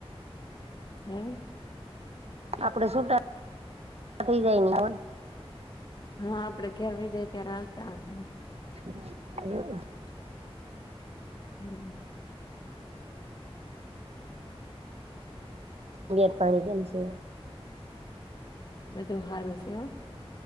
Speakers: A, on the left (about 45°); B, on the right (about 80°).
A: હમ
B: આપડે સુું થઇ જાય
A: હા આપડે ઘર વહી જાય ત્યારે આવતા હ
B: હ
A: હમ
B: બધીત પાણી કેમ છે
A: બધું સારું છે